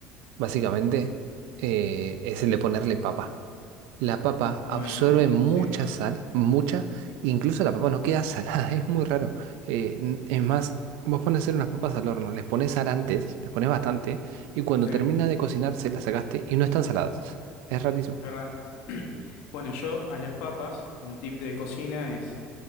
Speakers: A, on the right; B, on the left.
A: básicamente, eh, es el de ponerle papa. La papa
B: Bueno,
A: absorbe mucha
B: sí,
A: sal, mucha, incluso la papa no queda salada, <laughs> es muy raro. Eh, n- es más, vos pones a hacer unas papas al horno, les pones sal antes, les pones bastante, y cuando
B: sí,
A: termina
B: es
A: de cocinarse las sacaste y no están saladas. Es rarísimo.
B: verdad. Bueno, yo a las papas, un tip de cocina es,